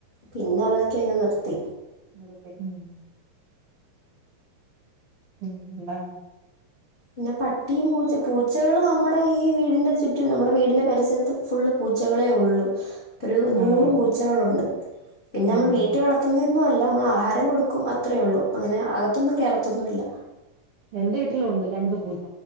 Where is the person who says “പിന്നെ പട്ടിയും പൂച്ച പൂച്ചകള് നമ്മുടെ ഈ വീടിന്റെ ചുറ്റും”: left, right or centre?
Left